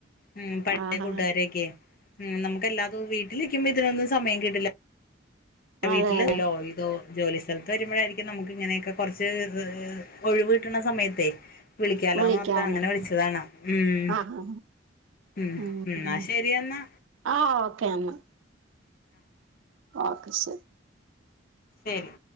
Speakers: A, on the left; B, on the right.
A: ഉം പഴയ
B: ആഹ്
A: കൂട്ടുകാരൊക്കെ ഉം നമുക്ക് എല്ലാതും വീട്ടിലിരിക്കുമ്പോ ഇതിനൊന്നും സമയം കിട്ടില്ല ഏഹ്
B: അതെ
A: വീട്ടില്ല്
B: അതെ
A: ലോ ഇതോ ജോലി സ്ഥലത്ത് വരുമ്പോഴായിരിക്കും നമുക്ക് ഇങ്ങനെയൊക്കെ കുറച്ച് ഹ് ഹ് ഒഴിവ് കിട്ടണ സമയത്തേ വിളിക്കാലോന്നോർത്ത്
B: വിളിക്കാം
A: അങ്ങനെ
B: അന്നേരം
A: വിളിച്ചതാണ് ഉം
B: ആഹ്
A: ഉം
B: ആഹ്
A: ഇന്നാ ശെരിയെന്നാ
B: ആഹ് ഓക്കേ എന്നാ ഓക്കെ ശ
A: ശരി